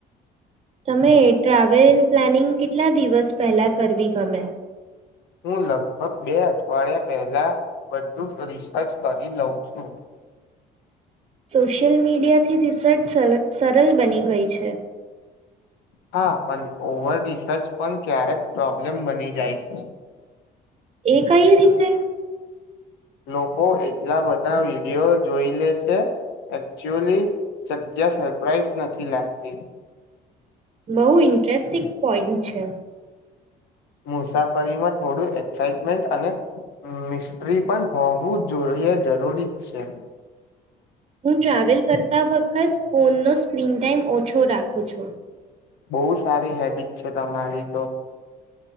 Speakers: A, on the right; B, on the left.
A: તમે ટ્રાવેલ પ્લાનિંગ કેટલા દિવસ પહેલા કરવી ગમે
B: હું લગભગ બે અઠવાડિયા પહેલા બધું રિસર્ચ કરી લઉં છું
A: સોશિયલ મીડિયાથી રિસર્ચ સરળ બની ગઈ છે
B: હા પણ ઓવર રિસર્ચ પણ ક્યારેક પ્રોબ્લેમ બની જાય છે
A: એ કઈ રીતે
B: લોકો એટલા બધા વિડિયો જોઈ લે છે એકચુઅલી જગ્યા સરપ્રાાઈઝ નથી લાગતી.
A: બહુ ઇન્ટેસ્ટિંગ પોઈન્ટ છે.
B: મુસાફરીમાં થોડું એક્સાઈટમેન્ટ અને મિસ્ટ્રી પણ હોવું જોઈએ જરૂરી જ છે.
A: હું ટ્રાવેલ કરતા વખત ફોનનો સ્ક્રીન ટાઈમ ઓછો રાખું છું.
B: બહુ સારી હેબિટ છે તમારી તો.